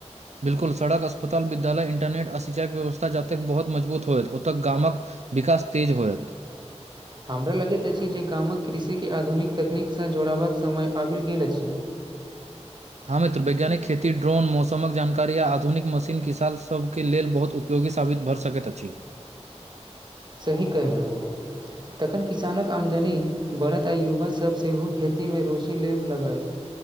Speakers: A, on the right; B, on the right.
A: बिल्कुल सड़क, अस्पताल, विद्यालय, इंटरनेट आ सिचाइ केर व्यवस्था जतेक बहुत मजबूत होयत ओतऽ गामक विकास तेज होयत।
B: हमरा लगैत अछि जे गामक कृषिकेॅं आधुनिक तकनीकसँ जोड़बाक समय आबि गेल अछि।
A: हँ मित्र वैज्ञानिक खेती, ड्रोन मौसम जानकारी आ आधुनिक मशीन किसान सभके लेल बहुत उ पयोगी साबित भऽ सकैत अछि
B: सही कहलहुँ। तखन किसानक आमदनी बढ़त आ युवा सब सेहो खेतीमे रुचि लेबऽ लगथि।